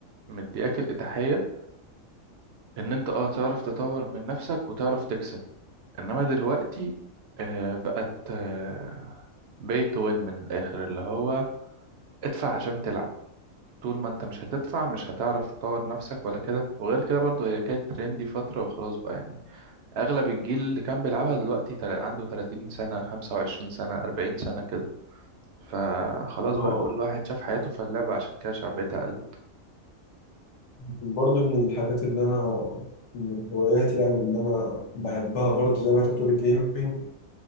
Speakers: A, on the right; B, on the left.
A: مدياك الإتاحية ان انت اه تعرف تطور من نفسك وتعرف تكسب انما دلوقتي آه بقت آه pay to win من الاخر اللي هو ادفع عشان تلعب طول ما انت مش هتدفع مش هتعرف تطور نفسك ولا كده وغير كده برضو هي كانت ترندي فترة وخلاص بقى يعني اغلب الجيل اللي كان بيلعبها دلوقتي تل- عنده 30 سنة 25 سنة 40 سنة كده فخلاص
B: اه
A: بقى كل واحد شاف حياته في اللعبة عشان كده شعبيتها قل
B: برضو من الحاجات اللي انا من الهوايات يعني اللي انا بحبها برضو زي ما انت بتقول الجيمنج